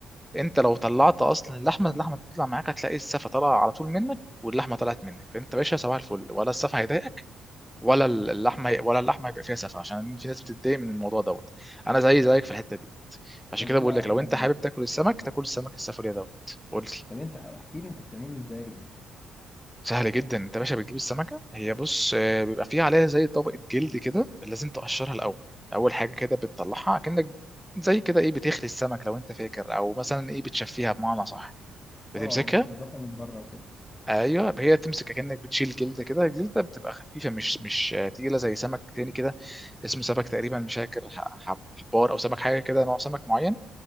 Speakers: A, in the centre; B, on the left (about 25°).
A: انت لو طلعت اصلا اللحمه اللحمه تطلع معاك هتلاقي السفه طالعه على طول منك واللحمه طلعت منك فانت باشا صباح الفل ولا السفه هيضايقك ولا اللحمه ولا اللحمه هيبقى فيها سفه عشان في ناس بتتضايق من الموضوع دوت انا زي زيك في الحته دي عشان
B: طب
A: كده
B: قول
A: بقول
B: لي على
A: لك
B: حاجه
A: لو انت حابب
B: بقى
A: تاكل السمك تاكل السمك السفرية دوت قول لي
B: طب انت احكي لي انت بتعمله ازاي
A: سهل جدا انت يا باشا بتجيب السمكه هي بص آه، بيبقى فيها عليها زي طبقه جلد كده لازم تقشرها الاول اول حاجه كده بتطلعها كأنك زي كده ايه بتخلي السمك لو انت فاكر او مثلا ايه بتشفيها بمعنى صح بتمسكها
B: اه بتنضفها من بره وكده
A: ايوه هي تمسك كأنك بتشيل جلد كده الجلده بتبقى خفيفه مش مش آه، تقيله زي سمك تاني كده اسمه سمك تقريبا مش فاكر ح- حب- حبار او سمك حاجه كده نوع سمك معين